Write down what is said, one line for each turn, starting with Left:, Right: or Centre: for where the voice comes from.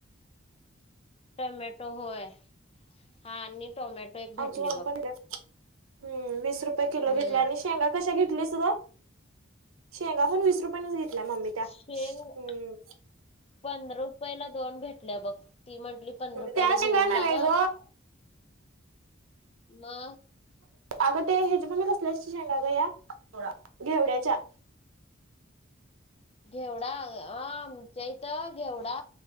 Left: टमॅटो होय, हा आणि टोमॅटो- एक भेटले
Right: आमची मम्मी
Left: बघ
Right: पण घेतल्या, हम् वीस रुपये
Left: हम्म.
Right: किलो घेतल्या आणि शेंगा कशा घेतलीस ग. शेंगा पण वीस रुपयानच घेतल्या मम्मी त्या,
Left: शेंग
Right: हम्म
Left: पंधरा रुपयाला दोन भेटल्या बघ. ती म्हंटली पंधरा रुपयाला
Right: त्या
Left: घेऊन
Right: शेंगा नव्हे
Left: जावा,
Right: ग
Left: मग-
Right: अगं ते ह्याच्या मम्मी कसल्या शेंगा ग ह्या घेवड्याच्या.
Left: घेवडा, आ आमच्या इथं घेवडा